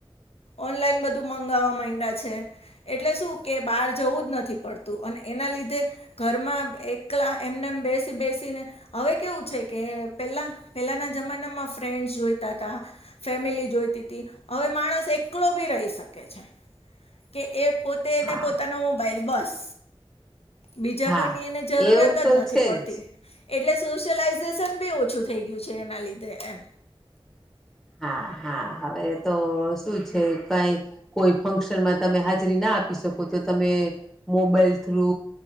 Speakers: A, on the left; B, in the centre.
A: ઓનલાઈન બધું મંગાવવા માંયડા છે એટલે શું કે બહાર જવું જ નથી પડતું અને એના લી લીધે ઘરમાં એકલા એમને બેસી બેસીને હવે કેવું છે કે પેલા પેલાના જમાનામાં ફ્રેન્ડસ જોઈતા હતા ફેમિલી જોઈતી તી હવે માણસ એકલો ભી રહી શકે છે. કે એ પોતેને
B: હા
A: પોતાનો મોબાઈલ બસ બીજા
B: હા
A: કોઈની એને જરૂરત
B: એવું તો
A: જ નથી
B: છે
A: પડતી
B: જ
A: એટલે સોશયલાઈઝેશન બી ઓછું થઈ ગયું છે એના લીધે એમ
B: હા હા હવે તો શું છે કંઈ કોઈ ફંક્શન મા તમે હાજરી ના આપી શકો તો તમે મોબાઈલ થ્રુ